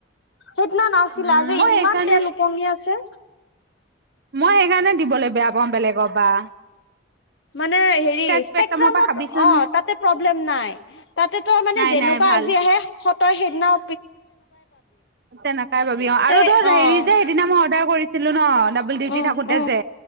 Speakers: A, on the left (about 60°); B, on the right (about 50°).
A: সেইদিনা নাছিল
B: উম
A: আজি
B: মই
A: ইমান
B: সেইকাৰণে
A: তেল ওপঙি আছে আ <inaudible>
B: মই সেইকাৰণে দিবলৈ বেয়া পাওঁ বেলেগৰ বা
A: মানে হেৰি
B: স্পেক্ট্ৰামৰ
A: স্পেকট্ৰামত
B: পৰা খাবিচোন
A: অ তাতে প্ৰব্লেম নাই তাতে তো মানে
B: নাই
A: যেনকা
B: নাই ভাল
A: আজি আহে সত তই সেইদিনাও
B: তেনেকাই পাবি অ আৰু
A: তে
B: ধ
A: অ'
B: হেৰি যে সেইদিনা মই অৰ্ডাৰ কৰিছিলো ন ডাবল ডিউটি
A: উম,
B: থাকোতে
A: উম,
B: যে